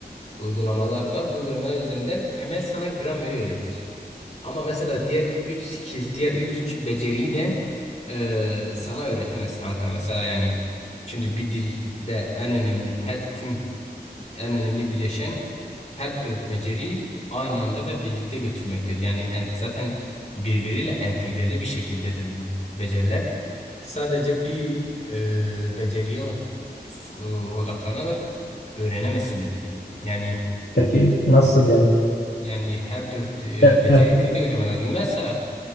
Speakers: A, on the left; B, on the left.
A: uygulamalar var. Bu uygulamalar üzerinden temel sana grameri öğretir. Ama mesela diğer 3 skill, diğer 3 beceriyi de eee, sana öğretemez kanka. Mesela yani şimdi bir dilde en önemli her tüm en önemli bileşen her dört beceriyi aynı anda ve birlikte götürmektir. Yani en- zaten birbiriyle entegreli bir şekildedir bu beceriler. Sadece bir e, beceriye f- e, odaklanarak öğrenemezsin bir dili. Yani
B: Peki nasıl yani?
A: yani her dört e,
B: Ne
A: beceriyi
B: yapacağım
A: birlikte götürmen lazım. Mesela